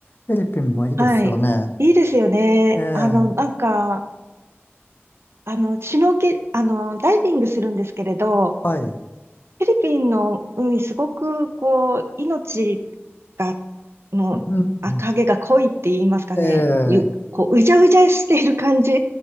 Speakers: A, on the left (about 50°); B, on the right (about 65°).
A: フィリピンもいいですよね。
B: はい。いいですよね。
A: ええ
B: あの、なんか、あの、シュノーケ、あの、ダイビングするんですけれど、
A: はい。
B: フィリピンの海すごく、こう、命が、の、
A: うん、
B: あ、
A: うん
B: 影が濃いって言いますかね。
A: ええ
B: ゆ、こう、うじゃうじゃしている感じ